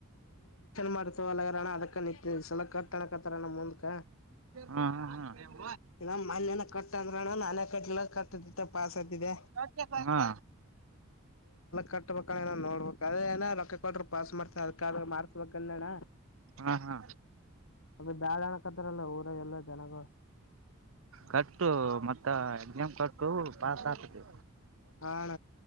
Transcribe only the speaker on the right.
ಹ್ಮ ಹ್ಮ್ ಹ್ಮ್
ಹಾ
ಹಾ ಹಾ
ಕಟ್ಟು ಮತ್ತ ಎಕ್ಸಾಮ್ ಕಟ್ಟು ಪಾಸ್ ಆತತಿ